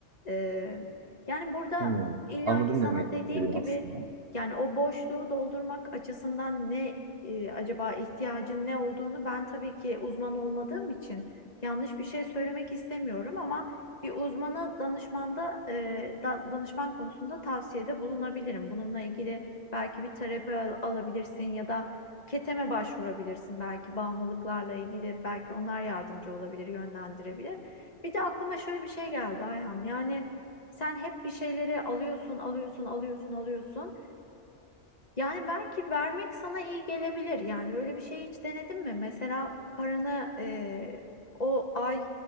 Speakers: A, on the left; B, on the right.
A: e, yani burada
B: hmm,
A: illaki
B: anladım
A: sana
B: demek
A: dediğim
B: istediğini
A: gibi
B: aslında.
A: yani o boşluğu doldurmak açısından ne e, acaba ihtiyacın ne olduğunu ben tabii ki uzman olmadığım için yanlış bir şey söylemek istemiyorum ama bir uzmana danışmanda e, dan- danışman konusunda tavsiyede bulunabilirim. Bununla ilgili belki bir terapi al- alabilirsin ya da keteme başvurabilirsin belki bağımlılıklarla ilgili belki onlar yardımcı olabilir, yönlendirebilir. Bir de aklıma şöyle bir şey geldi Ayhan. Yani sen hep bir şeyleri alıyorsun, alıyorsun, alıyorsun, alıyorsun. Yani belki vermek sana iyi gelebilir. Yani öyle bir şey hiç denedin mi? Mesela paranı e, o ay